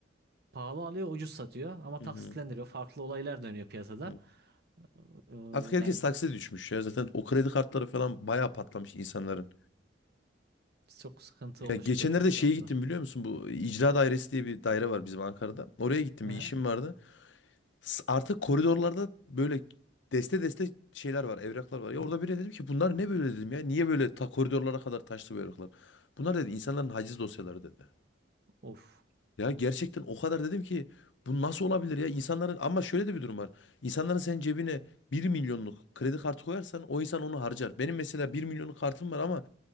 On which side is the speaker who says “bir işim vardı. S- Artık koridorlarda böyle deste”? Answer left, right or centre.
Left